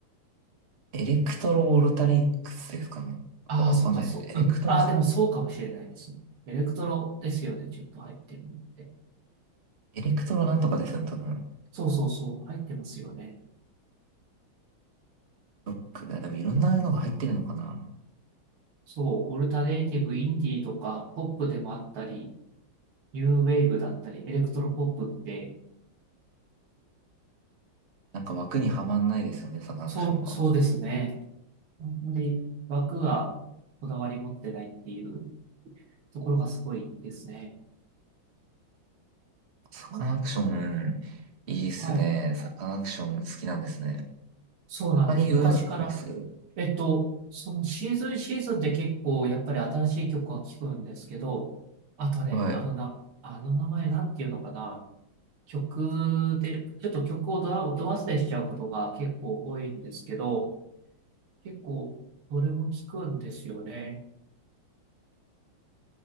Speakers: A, on the right (about 35°); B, on the right (about 85°).
A: エレクトロオルタリックスですかね。
B: ああそっか、
A: わわかんないです。
B: そう、
A: エレクトロス、
B: うん。ああ、でもそうかもしれないですね。エレクトロですよね。ちょっと入ってるのって。
A: エレクトロなんとかですよね、多分。
B: そうそうそう、入ってますよね。
A: ロック、いやでもいろんなのが入ってるのかな。
B: そう、オルタネイティブ、インディーとか、ポップでもあったり、ニューウェーブだったり、エレクトロポップって、
A: なんか枠にはまんないですよね、サカナクションが。
B: そう、そうですね。あんまり枠がこだわり持ってないっていうところがすごいですね。
A: サカナクション、
B: あ
A: いいっすね。
B: はい。
A: サカナクション好きなんですね。
B: そうなんです。
A: 他にいろいろの聞きます
B: 昔から。えっと、そのシーズンシーズンで結構やっぱり新しい曲は聴くんですけど、あとあれ、
A: はい。
B: あのな、あの名前なんていうのかな。曲で、ちょっと曲をドア、ド忘れしちゃうことが結構多いんですけど、結構どれも聞くんですよね。